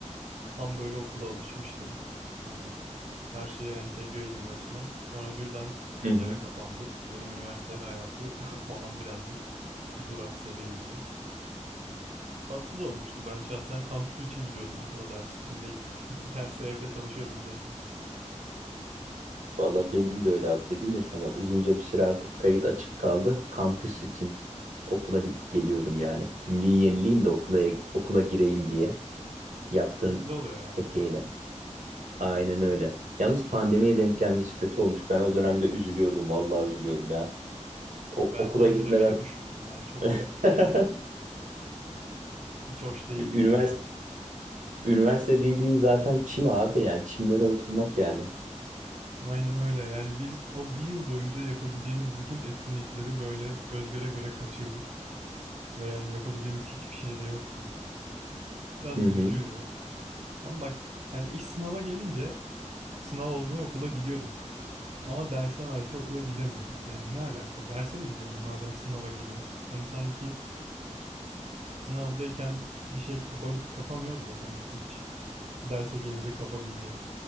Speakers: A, on the right; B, on the right.
A: tam böyle okula alışmıştım. Hani her şeye entegreydim resmen. Sonra birden
B: Hı hı.
A: eve kapandık. Benim üniversite hayatı <laughs> o an birazcık duraksadı iyice. Tatsız olmuştu. Ben şahsen kampüsü için gidiyordum okula ders için değil. <laughs> Dersi evde çalışıyordum zaten.
B: Valla benim de öyle abi dedim ya sana uzunca bir süre artık kayıt açık kaldı. Kampüs için okula gidip geliyordum yani. Kimliği yenileyim de okula, okula gireyim diye yaptığım
A: Keyifli oluyor ya.
B: tek eylem. Aynen öyle. Yalnız pandemiye denk gelmesi kötü olmuş. Ben o dönemde üzülüyordum. Vallahi üzülüyordum ya. O-
A: Ben
B: okula
A: sen
B: gitmeden
A: bir de beni düşün. Yani çok kötü
B: <laughs>
A: çok kötü. Hiç hoş değildi
B: Ü- üniversite
A: yani.
B: üniversite dediğin zaten çim abi yani çimlere oturmak yani.
A: Aynen öyle. Yani biz o bir yıl boyunca yapabileceğimiz bütün etkinlikleri böyle göz göre göre kaçırdık. Ve yani yapabileceğimiz hiçbir şey de yoktu. Biraz
B: Hı
A: üzücüydü.
B: hı.
A: Ama bak hani iş sınava gelince sınav olmaya okula gidiyorduk. Ama derse verse okula gidemiyorduk. Yani ne alaka? Derse de gidelim madem sınava geliyoruz. Hani sanki Sınavdayken bir şey kapa- kapamıyoruz da sanki hiç. Derse gelince kapabileceğiz.